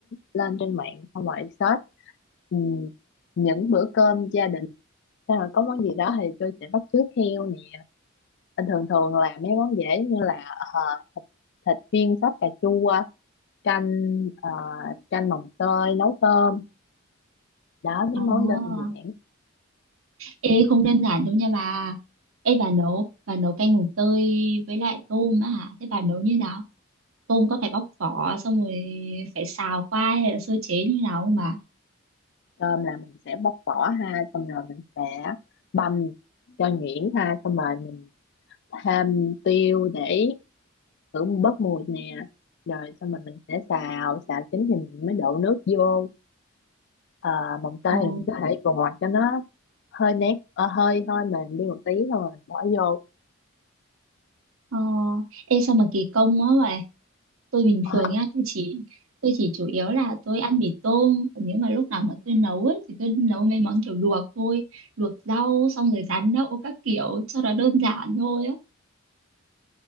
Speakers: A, on the left (about 55°); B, on the right (about 80°).
A: lên trên mạng xong rồi search ừm, những bữa cơm gia đình. Xong rồi có món gì đó thì tôi sẽ bắt chước theo nè. Bình thường thường là mấy món dễ như là ờ, thịt, thịt viên sắp cà chua, canh ờ, canh mồng tơi, nấu cơm. Đó mấy
B: Ồ,
A: món đơn giản.
B: Ê, không đơn giản đâu nha bà. Ê, bà nấu bà nấu canh mùng tơi với lại tôm á hả? Thế bà nấu như nào? Tôm có phải bóc vỏ xong rồi phải xào qua hay là sơ chế như nào không bà?
A: Cơm là mình sẽ bóc vỏ ha, xong rồi mình sẽ băm cho nhuyễn ha, xong rồi mình thêm tiêu để hưởng bớt mùi nè rồi xong rồi mình sẽ xào xào chín thì mình mới đổ nước vô Ờ, mồng tơi
B: ồ,
A: thì mình có thể vò cho nó hơi nét ờ, hơi hơi mềm đi một tí rồi mình bỏ vô
B: Ờ, ê sao mà kỳ công quá vậy? tôi bình thường
A: Ôi,
B: nha tôi chỉ tôi chỉ chủ yếu là tôi ăn mì tôm còn nếu mà lúc nào mà tôi nấu ấy thì tôi nấu mấy món kiểu luộc thôi luộc rau xong rồi rán đậu các kiểu cho nó đơn giản thôi á